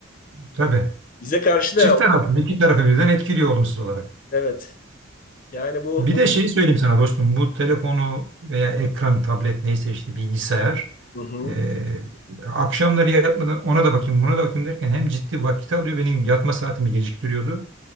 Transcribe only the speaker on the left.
<laughs> Bize karşı
da
evet. Yani bu,
bu...
Hı hı.